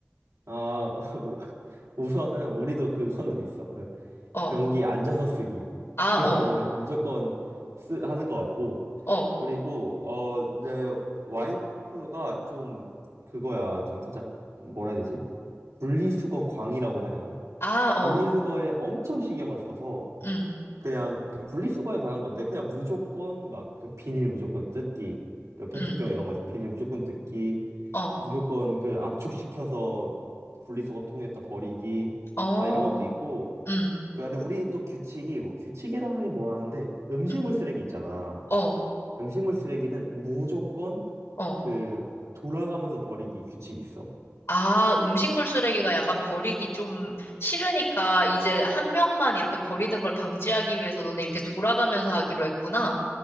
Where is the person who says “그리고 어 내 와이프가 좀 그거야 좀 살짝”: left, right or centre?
Right